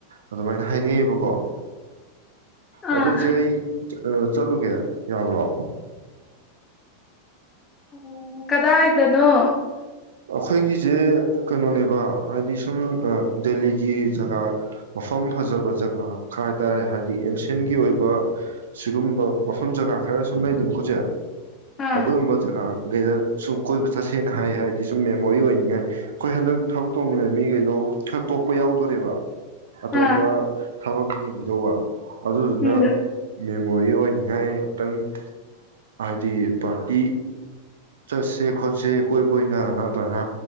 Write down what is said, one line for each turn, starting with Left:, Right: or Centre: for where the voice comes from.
Right: ꯑꯗꯨꯃꯥꯏꯅ ꯍꯥꯏꯅꯩꯑꯌꯦꯕꯀꯣ
Left: ꯑꯥ
Right: ꯑꯗꯨ ꯑꯗꯨ ꯆ ꯆꯠꯂꯨꯒꯦ ꯌꯥꯕ꯭ꯔꯣ
Left: ꯎꯝ ꯀꯗꯥ ꯍꯥꯏꯗꯅꯣ
Right: ꯑꯩꯈꯣꯏꯒꯤꯁꯦ ꯀꯩꯅꯣꯅꯦꯕ ꯍꯥꯏꯗꯤ ꯁꯨꯝ ꯗꯦꯜꯂꯤꯒꯤ ꯖꯒꯥ ꯃꯐꯝ ꯐꯖꯕ ꯖꯒꯥ ꯈꯔ ꯍꯥꯏ ꯇꯔꯦ ꯍꯥꯏꯕꯗꯤ ꯑꯦꯟꯁꯤꯦꯟꯒꯤ ꯑꯣꯏꯕ ꯁꯤꯒꯨꯝꯕ ꯃꯐꯝ ꯖꯒꯥ ꯈꯔ ꯁꯨꯝ ꯂꯩꯗꯅ ꯑꯩꯈꯣꯏꯁꯦ
Left: ꯑꯥ
Right: ꯑꯗꯨꯝꯕꯖꯒꯥ ꯀꯩꯗ ꯁꯨꯝ ꯀꯣꯏꯕ ꯆꯠꯁꯦꯅ ꯍꯥꯏ ꯍꯥꯏꯗꯤ ꯁꯨꯝ ꯃꯦꯃꯣꯔꯤ ꯑꯣꯏꯅꯤꯡꯉꯥꯏ ꯑꯩꯈꯣꯏ ꯍꯟꯗꯛ ꯊꯕꯛ ꯇꯧꯃꯤꯟꯅꯕ ꯃꯤꯈꯩꯗꯣ ꯈꯔ ꯇꯣꯛꯄ ꯌꯥꯎꯗꯣꯣꯔꯦꯕ ꯑꯇꯣꯞꯄ
Left: ꯑꯥ
Right: ꯊꯕꯛ ꯌꯦꯡꯈꯤꯗꯧꯕ ꯑꯗꯨꯅ
Left: ꯎꯝ
Right: ꯃꯦꯃꯣꯔꯤ ꯑꯣꯏꯅꯤꯡꯉꯥꯏ ꯑꯝꯛꯇꯪ ꯍꯥꯏꯗꯤ ꯄꯥꯔꯇꯤ ꯆꯠꯁꯦ ꯈꯣꯠꯁꯦ ꯀꯣꯏꯕ ꯑꯣꯏꯅ ꯑꯗꯨꯃꯥꯏꯅ